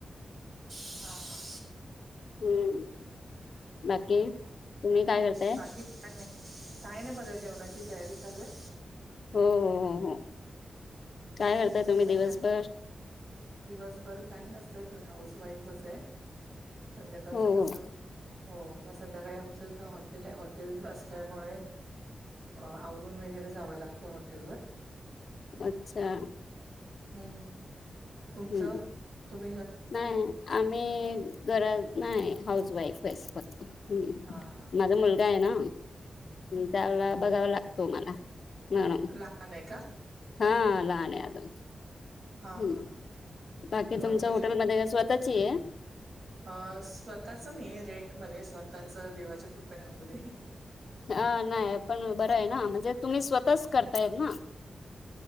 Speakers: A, on the right; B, on the left.
A: हां हां
B: हम्म बाकी, तुम्ही काय करताय?
A: बाकी काय नाही काय ना बघा जेवणाची तयारी चालू आहे
B: हम्म, हो हो हो. काय
A: <unintelligible>
B: करताय तुम्ही दिवसभर?
A: दिवसभर काही नसतं हाऊस वाईफच आहे. संध्याकाळच
B: हो
A: कसं
B: हो
A: हो मग संध्याकाळी आमचं तर हॉटेल आहे. हॉटेल असल्यामुळे आवरून वगैरे जावं लागतं हॉटेलवर
B: अच्छा!
A: हम्म तुमचं
B: हम्म
A: तुम
B: नाही आम्ही घरात नाही हाऊस वाईफ <inaudible> आहेस फक्त हम्म
A: हां हां
B: माझा मुलगा आहे ना? त्याला बघावा लागतो मला <inaudible> म्ह
A: लहान आहे का?
B: हा लहान अजुन
A: हां
B: हम्म
A: हां हां
B: बाकी
A: मग
B: तुमच्या
A: म्हणजे
B: हॉटेलमध्ये स्वतःची आहे
A: अ स्वतःच नाही रेंटमध्ये स्वतःच देवाच्या कृपेने होऊ दे
B: हा नाही पण बरं आहे ना, म्हणजे तुम्ही स्वतःच करता हाय ना